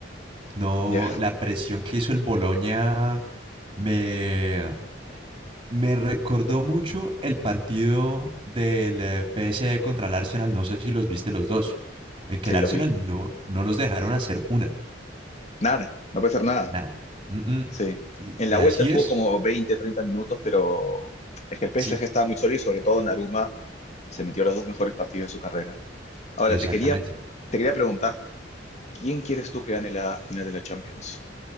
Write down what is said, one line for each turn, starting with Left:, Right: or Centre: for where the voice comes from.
Right: No,
Left: Ya,
Right: la presión que hizo el Boloña me... Me recordó mucho el partido del eh, PSG contra el Arsenal, no sé si los viste los dos, en que
Left: sí,
Right: el Arsenal
Left: los vi.
Right: no, no los dejaron hacer una,
Left: Nada, no puede ser nada.
Right: nada. Mm-mm.
Left: Sí.
Right: Y,
Left: En la
Right: y
Left: vuelta
Right: así
Left: tuvo
Right: es,
Left: como 20, 30 minutos, pero es que el PSG
Right: sí,
Left: estaba muy sólido y sobre todo Naruma se metió a los dos mejores partidos de su carrera. Ahora,
Right: exactamente.
Left: te quería, te quería preguntar, ¿quién quieres tú que gane la final de la Champions?